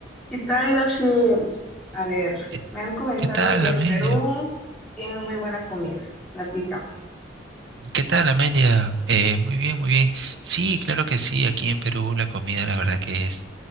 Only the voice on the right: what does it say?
¿Qué
qué tal,
Amelia?
¿Qué tal, Amelia? Eh, muy bien, muy bien. Sí, claro que sí. Aquí en Perú la comida, la verdad que es,